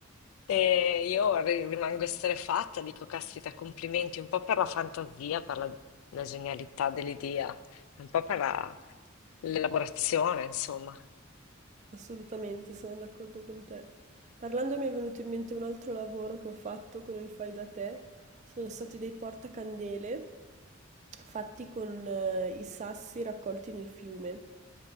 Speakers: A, on the left; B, on the right.
A: E io ri- rimango estrefatta, dico, caspita, complimenti un po' per la fantasia, per la, la genialità dell'idea, un po' per la- l'elaborazione, insomma.
B: Assolutamente, sono d'accordo con te. Parlando mi è venuto in mente un altro lavoro che ho fatto con il fai da te. Sono stati dei portacandele fatti con eh, i sassi raccolti nel fiume.